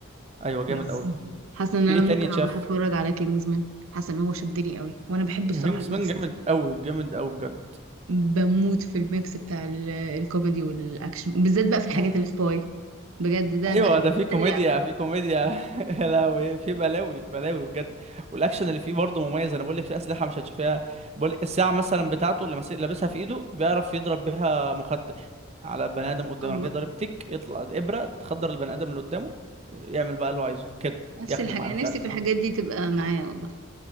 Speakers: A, on the right; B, on the right.
A: ايوه جامد
B: بس
A: قوي
B: حاسة ان
A: في
B: انا
A: ايه تاني
B: ممكن
A: اتشاف
B: اروح اتفرج على كينجزمان حاسة ان هو شدني قوي وانا بحب الصراحة
A: وينجز
B: الميكس
A: مان جامد قوي جامد قوي بجد
B: بموت في الميكس بتاع ال- الكوميدي والاكشن وبالذات بقى في الحاجات
A: <laughs>
B: السباي بجد ده
A: ايوه
B: بقى ال-
A: ده
B: ده
A: في كوميديا
B: اللعب
A: في كوميديا <laughs> يا لهوي في بلاوي بلاوي بجد والاكشن اللي فيه برضه مميز انا بقول لك في اسلحه مش هتشوفيها بقول الساعه مثلا بتاعته اللي ماسك لابسها في ايده بيعرف يضرب بيها مخدر على بني ادم قدامه
B: الله
A: راح جاي ضارب تك يطلع ابره تخدر البني ادم اللي قدامه يعمل بقى اللي هو عايزه كده
B: نفس
A: ياخده
B: الحاجة
A: معاه مش
B: نفسي
A: عارف
B: في
A: ايه
B: الحاجات دي تبقى معايا والله